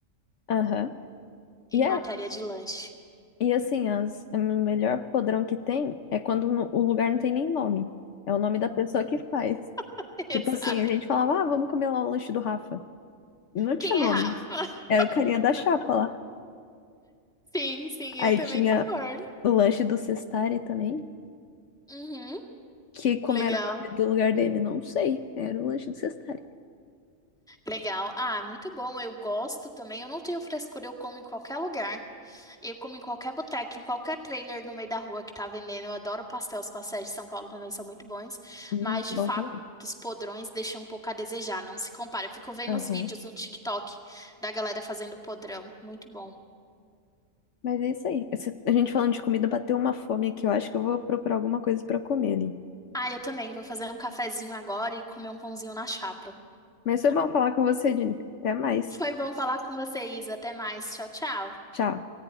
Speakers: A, on the left; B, in the centre.
A: Aham.
B: em
A: E, é,
B: matéria de lanche.
A: e assim, as, o melhor podrão que tem é quando no- o lugar não tem nem nome. É o nome da pessoa que faz.
B: <laughs>
A: Tipo
B: Exato.
A: assim, a gente falava, ah, vamos comer lá o lanche do Rafa. E não tinha
B: Quem
A: nome.
B: é Rafa? <laughs>
A: Era o carinha da chapa lá.
B: Sim, sim,
A: Aí
B: eu também
A: tinha
B: concordo.
A: o lanche do Cestari também.
B: Uhum,
A: Que como
B: legal,
A: era o nome do lugar dele, não sei. Era o lanche do Cestari.
B: legal. Ah, muito bom. Eu gosto também. Eu não tenho frescura, eu como em qualquer lugar. Eu como em qualquer boteca, em qualquer trailer no meio da rua que tá vendendo. Eu adoro pastel. Os pastéis de São Paulo também são muito bons.
A: Hum,
B: Mas, de
A: bom
B: fato,
A: também.
B: os podrões deixam um pouco a desejar. Não se compara. Eu fico vendo
A: Aham.
B: os vídeos no TikTok da galera fazendo podrão. Muito bom.
A: Mas é isso aí. Esse- A gente falando de comida, bateu uma fome aqui. Eu acho que eu vou procurar alguma coisa pra eu comer ali.
B: Ah, eu também. Vou fazer um cafezinho agora e comer um pãozinho na chapa.
A: Mas foi bom <laughs> falar com você, Jennifer. Até mais.
B: Foi bom falar com você, Isa. Até mais. Tchau, tchau.
A: Tchau.